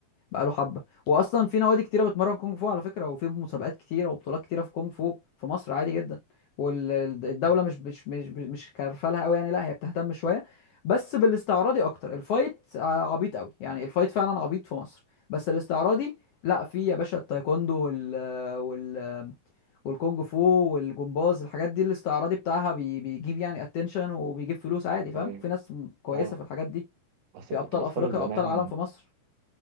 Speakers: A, on the left; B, on the right.
A: بقاله حبه واصلا في نوادي كتيره بتمرن كونج فو على فكره وفي مسابقات كتيره وبطولات كتيره في كونج فو في مصر عادي جدا والدوله
B: مم.
A: مش مش مش مش كارفالها قوي يعني لا هي بتهتم شويه بس بالاستعراضي اكتر الفايت ع- عبيط قوي يعني الفايت فعلا عبيط في مصر بس الاستعراضي لا في يا باشا التايكوندو وال وال والكونج فو والجمباز الحاجات دي الاستعراضي بتاعها بي- بيجيب يعني اتنشن وبيجيب فلوس عادي فاهم
B: ايوه
A: في ناس كويسه
B: اه
A: في الحاجات دي
B: اصل
A: في ابطال
B: كنت بتفرج
A: افريقيا
B: زمان
A: وابطال عالم في مصر